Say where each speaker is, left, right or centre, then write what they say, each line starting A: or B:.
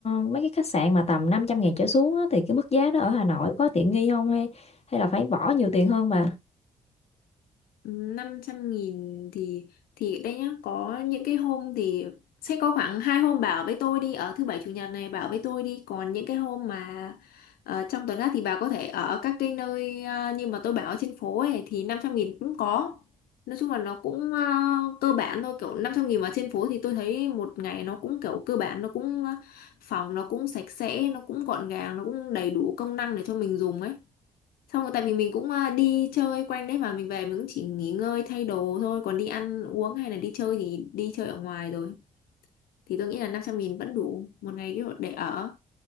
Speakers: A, on the left; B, on the left.
A: uh, mấy cái khách sạn mà tầm 500 ngàn trở xuống á, thì cái mức giá đó ở Hà Nội có tiện nghi không hay hay là phải bỏ nhiều tiền hơn bà
B: năm trăm nghìn thì thì đây nhá có những cái hôm thì sẽ có khoảng hai hôm bảo với tôi đi ở thứ bảy chủ nhật này bảo với tôi đi còn những cái hôm mà ờ, trong tuần khác thì bà có thể ở các cái nơi ờ, như mà tôi bảo ở trên phố ấy thì 500 nghìn cũng có nói chung là nó cũng ờ, cơ bản thôi kiểu 500 nghìn mà trên phố thì tôi thấy một ngày nó cũng kiểu cơ bản nó cũng ờ, phòng nó cũng sạch sẽ nó cũng gọn gàng nó cũng đầy đủ công năng để cho mình dùng ấy xong rồi tại vì mình cũng à, đi chơi quanh đấy mà mình về mình cũng chỉ nghỉ ngơi thay đồ thôi còn đi ăn uống hay là đi chơi thì đi chơi ở ngoài rồi thì tôi nghĩ là 500 nghìn vẫn đủ một ngày kiểu để ở